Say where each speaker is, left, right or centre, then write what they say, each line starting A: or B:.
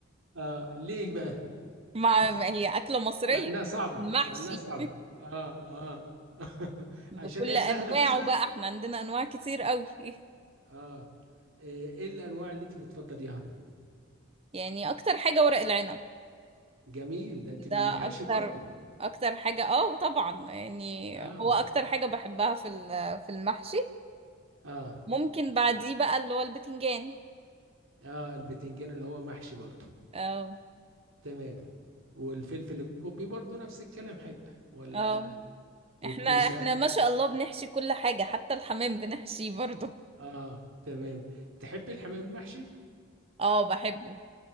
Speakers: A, on the right; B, on the right.
A: اه ليه بقى
B: مع
A: <laughs>
B: ما هي أكلة مصرية
A: مع انها صعبة
B: المحشي
A: مع انها صعبة اه اه <laughs>
B: بكل
A: عشان هي
B: أنواعه
A: سهلة مثلا
B: بقى احنا عندنا أنواع كتير قوي <laughs>
A: اه آه، ايه الانواع اللي انت بتفضليها
B: يعني أكتر حاجة ورق العنب
A: جميل ده انت
B: ده
A: من المحاشي
B: أكتر
A: برضو
B: أكتر حاجة اه طبعا يعني
A: اه
B: هو أكتر حاجة بحبها في ال- في المحشي
A: اه
B: ممكن بعديه بقى اللي هو البتنجان
A: اه البتنجان اللي هو محشي برضو
B: اه
A: تمام والفلفل الكوبي برضو نفس الكلام هيبقى ولا
B: اه
A: والكوسة
B: احنا احنا ما شاء الله بنحشي كل حاجة حتى الحمام بنحشيه برضه
A: اه تمام تحبي الحمام المحشي
B: اه بحبه